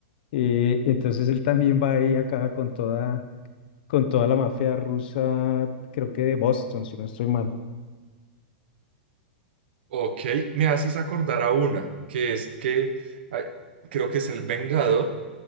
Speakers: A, on the left (about 60°); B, on the right (about 70°).
A: Eh, entonces él también va ahí acaba con toda, con toda la mafia rusa, creo que de Boston, si no estoy mal.
B: Ok, me haces acordar a una, que es que ay, creo que es el Vengador,